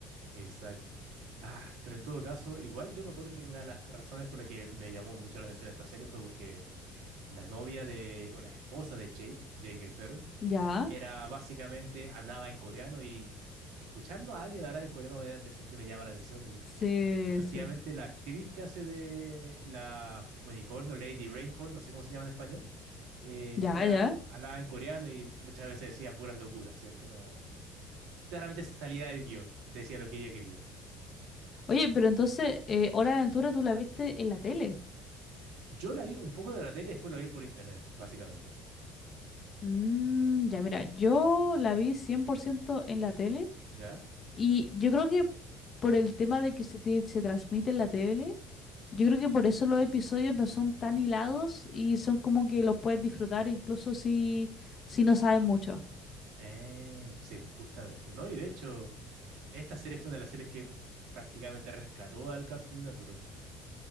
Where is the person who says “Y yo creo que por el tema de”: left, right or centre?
Left